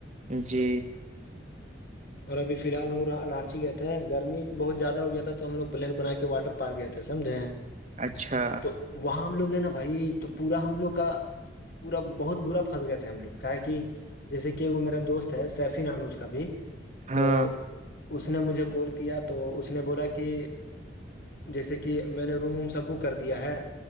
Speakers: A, on the right; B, on the left.
A: جی
B: اور ابھی فی الحال ہم رانچی گئے تھ ہیں گرمی بہت زیادہ ہو گیا تھا تو ہم لوگ پلین بنا کے واٹر پارک گئے تھے سمجھے ہیں
A: اچھا
B: تو وہاں ہم لوگ ہیں نا بھائی تو پورا ہم لوگ کا پورا بہت برا پھنس گئے تھے ہم لوگ کا کہ جیسے کہ وہ میرا دوست ہے سیفی نام ہے اس کا بھی
A: ہاں
B: تو اس نے مجھے کال کیا تو اس نے بولا کہ جیسے کہ میں نے روم ووم سب بک کر دیا ہے